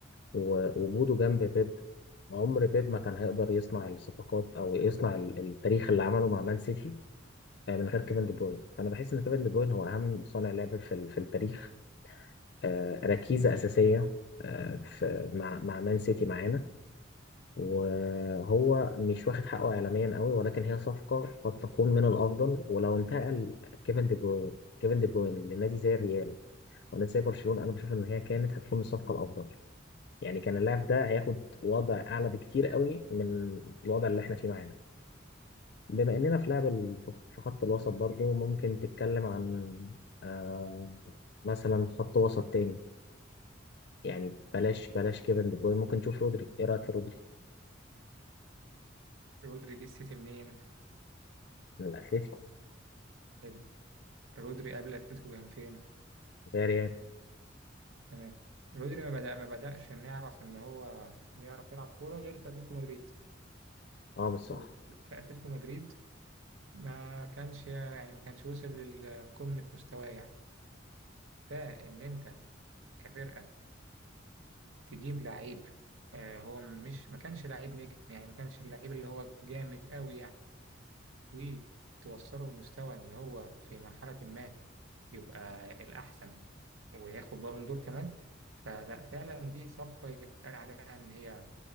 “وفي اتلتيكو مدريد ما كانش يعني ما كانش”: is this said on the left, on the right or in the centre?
Right